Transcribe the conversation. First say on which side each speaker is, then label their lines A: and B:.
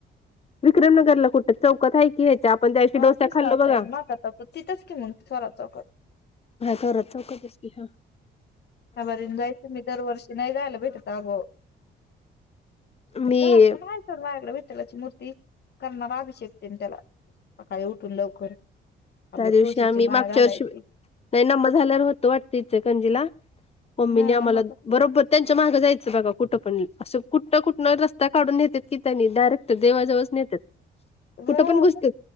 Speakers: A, on the left; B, on the left.
A: विक्रमनगरला कुठं चौकात आहे आपण त्या दिवशी
B: हा
A: डोसा
B: तीच
A: खाल्लो
B: नताय
A: बघा
B: मा काता तिथंच की म्हण थोरा चौकत
A: थोरात चौकात च की
B: ह बरंद जायत म दर वर्षन नाही यला भेटत अग
A: मी
B: घरात पण हायच बायाकडे विठ्ठलाची मूर्ती करणार आभश्यकते त्याला सकाळी उठून लवकर आपल्या
A: त्या दिवशी
B: तुळशीची
A: आम्ही
B: माळ
A: मागच्या
B: घालायची
A: वर्षी नाही न्मा झाल्यावर होतं वाटत इचलकजीला मम्मीने
B: हा
A: आम्हाला
B: होतात की
A: बरोबर त्यांच्या मागं जायचं बघा कुठं पण असं कुठनं कुठं रस्त ता काढून नेत की त्यांनी डायरेक्ट देेवाजेवच नेतात
B: होय
A: कुठं पण घुसत